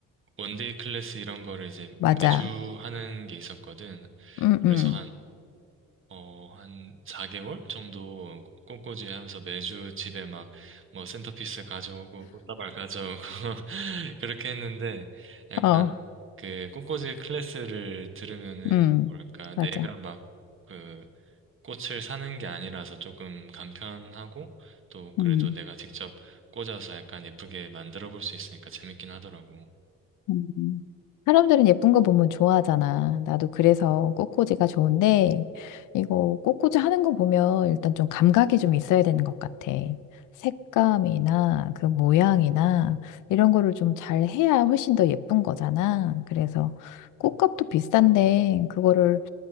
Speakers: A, on the right; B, on the left.
A: 원데이 클래스 이런 거를 이제
B: 맞아.
A: 매주 하는 게 있었거든.
B: 음,
A: 그래서
B: 음,
A: 어, 한 4개월 정도 꽃꽂이 하면서 매주 집에 막 뭐 센터피스 가져오고 꽃다발 가져오고 <laughs> 그렇게 했는데 약간
B: 어,
A: 그 꽃꽂이 클래스를 들으면은
B: 음,
A: 뭐랄까
B: 맞아.
A: 내가 막 그 꽃을 사는 게 아니라서 조금 간편하고 또 그래도
B: 음,
A: 내가 직접 꽂아서 약간 예쁘게 만들어 볼 수 있으니까 재밌긴 하더라고.
B: 음. 사람들은 예쁜 거 보면 좋아하잖아. 나도 그래서 꽃꽂이가 좋은데, 이거 꽃꽂이 하는 거 보면 일단 좀 감각이 좀 있어야 되는 것 같아. 색감이나 그 모양이나 이런 거를 좀 잘 해야 훨씬 더 예쁜 거잖아. 그래서 꽃값도 비싼데, 그거를